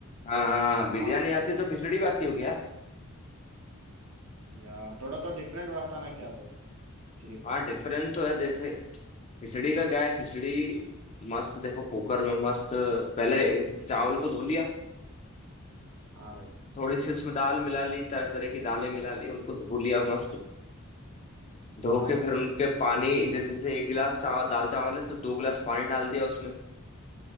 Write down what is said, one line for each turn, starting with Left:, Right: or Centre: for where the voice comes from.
Left: हाँ हाँ हाँ, बिरयानी
Right: हाँ
Left: आती
Right: कलर
Left: है तो खिचड़ी भी आती होगी यार
Right: या थोड़ा तो डिफरेंट रहता ना क्या भाई खिचड़ी पर
Left: हाँ डिफरेंस तो है जैसे खिचड़ी का क्या है खिचड़ी मस्त देखो कुकर में मस्त पहले चावल को धो लिया
Right: हाँ भाई
Left: थोड़ी सी उसमें दाल मिला ली तरह तरह की दालें मिला ली उनको धो लिया मस्त धो
Right: हाँ
Left: के
Right: भाई
Left: फिर उनके पानी जैसे से एक गिलास चावल दाल चावल है तो दो गिलास पानी डाल दिया उसमें